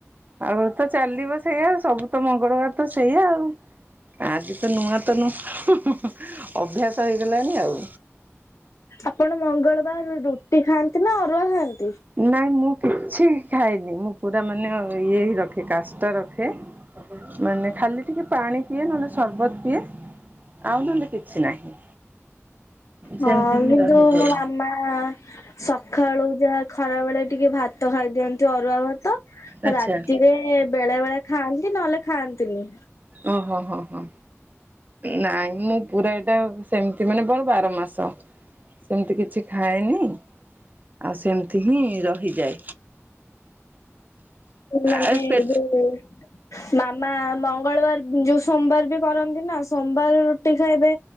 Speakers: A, on the right; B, on the left.
A: ଆଉ ତ ଚାଲିବ ସେଇଆ ସବୁ ତ ମଙ୍ଗଳବାର ତ ସେଇଆ ଆଉ। ଆଜି ତ ନୂଆ ତ ନ ହୁ ହୁ ଅଭ୍ୟାସ ହେଇଗଲାଣିି ଆଉ।
B: ଆପଣ ମଙ୍ଗଳବାର ରୁଟି ଖାଆନ୍ତି ନା ଅରୁଆ ଖାଆନ୍ତି।
A: ନାଇଁ ମୁଁ କିଛି। ଖାଇନି ମୁଁ ପୁରା ମାନେ ଇଏ ହି ରଖେ କାଷ୍ଟ ରଖେ। ମାନେ ଖାଲି ଟିକେ ପାଣି ପିଏ ନହେଲେ ସରବତ ପିଏ। ଆଉ ନହେଲେ କିଛି ନାହିଁ। ସେମିତି
B: ହଁ
A: ହିଁ
B: କିନ୍ତୁ
A: ରହିଯାଏ
B: ମୋ ମାମା ସକାଳୁ ଯାହା। ଖରା ବେଳେ ଟିକେ ଭାତ ଖାଇ ଦିଅନ୍ତି ଅରୁଆ ଭାତ
A: ଆଚ୍ଛା
B: ରାତିରେ ବେଳେ ବେଳେ ଖାଆନ୍ତି ନହେଲେ ଖାଆନ୍ତିନି।
A: ଓହୋ ହୋ ହୋ ନାଇଁ। ମୁଁ ପୁରା ଏଇଟା ସେମିତି ମାନେ ବଣ ବାର ମାସ। ସେମିତି କିଛି ଖାଏନି। ଆଉ ସେମିତି ହିଁ ରହିଯାଏ।
B: ନିନେ
A: ଆଉ ପେ
B: ଏୁ ମାମା ମଙ୍ଗଳବାର ଯୋଉ ସୋମବାର ବି କରନ୍ତି ନା ସୋମବାର ରୁଟି ଖାଇବେ।